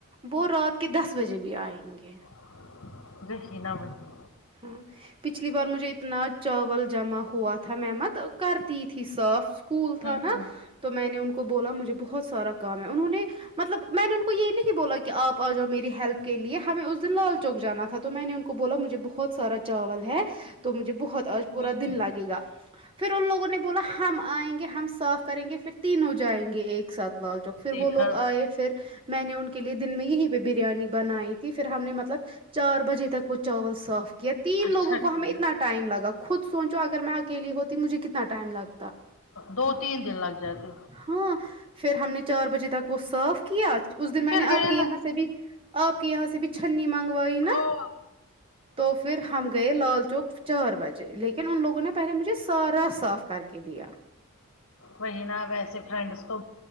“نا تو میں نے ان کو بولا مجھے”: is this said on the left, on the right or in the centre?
Right